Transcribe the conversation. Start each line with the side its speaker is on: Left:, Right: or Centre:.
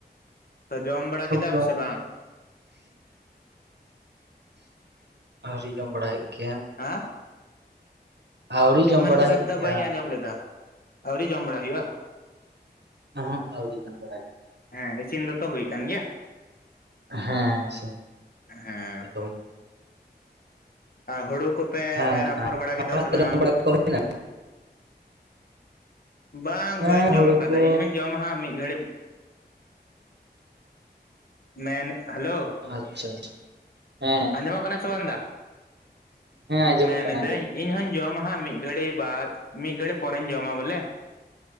Left: ᱛᱚ ᱡᱚᱢ ᱵᱟᱲᱟ ᱠᱮ ᱫᱟᱢ
Right: ᱡᱚᱢ
Left: ᱥᱮ ᱵᱟᱝ ᱾
Right: ᱟᱹᱣᱨᱤ ᱡᱚᱢ ᱵᱟᱲᱟ ᱭᱮᱫ ᱜᱮᱭᱟ᱾
Left: ᱦᱮᱸ
Right: ᱟᱹᱣᱨᱤ
Left: ᱪᱮᱫ
Right: ᱡᱚᱢ
Left: ᱮᱢ ᱢᱮᱱ
Right: ᱵᱟᱲᱟ
Left: ᱠᱮᱫᱟ
Right: ᱦᱩᱭᱩᱜ
Left: ᱫᱟ
Right: ᱜᱮᱭᱟ
Left: ᱵᱟᱹᱧ ᱟᱸᱡᱚᱢ ᱞᱮᱫᱟ ᱟᱹᱣᱨᱤ ᱡᱚᱢ ᱵᱟᱲᱟ ᱦᱩᱭᱩᱜᱼᱟ
Right: ᱚᱦᱚᱸᱜ ᱟᱹᱣᱨᱤ ᱡᱚᱢ ᱵᱟᱲᱟᱭ ᱾
Left: ᱦᱮᱸ ᱤᱥᱤᱱ ᱫᱚᱛᱚ ᱦ ᱠᱟᱱ ᱜᱮᱭᱟ
Right: ᱦᱮᱸ ᱤᱥᱤᱱᱧ
Left: ᱦᱮᱸ
Right: ᱫᱚ ᱾ <unintelligible>
Left: ᱦᱩᱲᱩ ᱠᱚᱯᱮ
Right: ᱟᱢᱟᱜ
Left: ᱮᱨ ᱟᱯᱷᱚᱨ ᱵᱟᱲᱟ ᱠᱮᱫᱟ ᱥᱮ ᱵᱟᱝ?
Right: <unintelligible>
Left: ᱵᱟᱝ
Right: ᱦᱮᱸ
Left: ᱵᱟᱹᱧ
Right: ᱦᱩᱲᱩ
Left: ᱡᱚᱢ ᱠᱟᱫᱟ
Right: ᱠᱚ
Left: ᱤᱧ ᱦᱚᱧ ᱡᱚᱢᱟᱦᱟᱸᱜ ᱢᱤᱫ ᱜᱷᱟᱹᱲᱤᱡ ᱾ ᱢᱮᱱ ᱦᱮᱞᱳ ᱾
Right: ᱟᱪᱪᱷᱟ ᱟᱪᱪᱷᱟ ᱦᱮᱸ ᱾
Left: ᱚᱡᱚᱢᱚᱜ ᱠᱟᱱᱟ ᱥᱮ ᱵᱟᱝ ᱫᱟ
Right: ᱦᱮᱸ ᱟᱸᱡᱚᱢᱚᱜ
Left: ᱢᱮᱱᱤᱫᱟᱹᱧ
Right: ᱠᱟᱱᱟ ᱟᱸᱡᱚᱢᱚᱜ
Left: ᱾
Right: ᱠᱟᱱᱟ᱾
Left: ᱤᱧ ᱦᱚᱧ ᱡᱚᱢᱟ ᱦᱟᱸᱜ ᱢᱤᱫ ᱜᱷᱟᱹᱲᱤ ᱵᱟᱫ ᱢᱤᱫ ᱜᱷᱟᱹᱲᱤ ᱯᱚᱨᱮᱧ ᱡᱚᱢᱟ ᱵᱚᱞᱮ ᱾